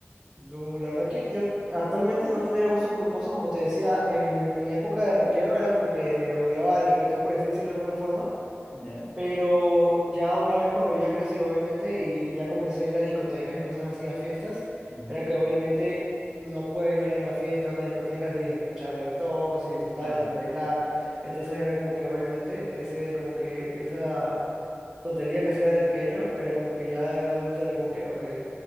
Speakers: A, on the right; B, on the left.
A: No, la verdad que yo actualmente no tendría gusto culposo, como te decía, en mi época de rockero era como que odiaba el reggaetón, por así decirlo de alguna forma,
B: ¿Ya?
A: pero ya una vez cuando ya crecí, obviamente, y ya comencé a ir a discotecas y cosas así, a fiestas,
B: Ujú.
A: era que obviamente no puedes ir a una fiesta, a una discoteca sin escuchar reggaetón, o sin disfrutar,
B: Claro,
A: o sin bailar, entonces era como que obviamente ese, como que esa tontería que hacía de pequeño, era como que ya de adulto era como que, ok